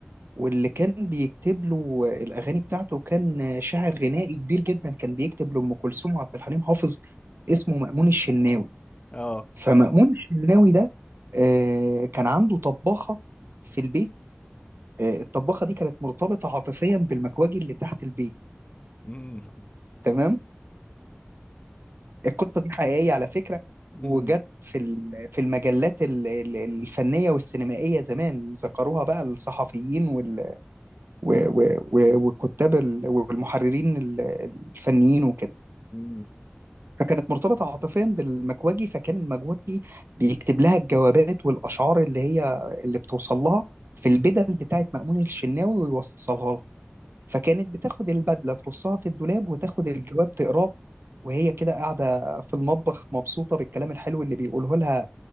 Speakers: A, on the right (about 65°); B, on the left (about 25°).
A: واللي كان بيكتب له الاغاني بتاعته كان شاعر غنائي كبير جدا كان بيكتب لأم كلثوم وعبد الحليم حافظ اسمه مأمون الشناوي
B: اه
A: فمأمون الشناوي ده آه، كان عنده طباخة في البيت آه، الطباخة دي كانت مرتبطة عاطفيا بالمكواجي اللي تحت البيت
B: مم.
A: تمام القصه دي حقيقيه على فكره
B: مم.
A: وجت في ال- في المجلات ال- ال- الفنيه والسينمائيه زمان ذكروها بقى الصحفيين وال- و- و- و- والكتاب ال- والمحررين ال- الفنيين وكده
B: مم.
A: فكانت مرتبطه عاطفيا بالمكواجي فكان المكواجي بيكتب لها الجوابات والاشعار اللي هي اللي بتوصل لها في البدل بتاعت مأمون الشناوي ويوصلها لها فكانت بتاخد البدله ترصها في الدولاب وتاخد الجواب تقراه وهي كده قاعدة في المطبخ مبسوطة بالكلام الحلو اللي بيقوله لها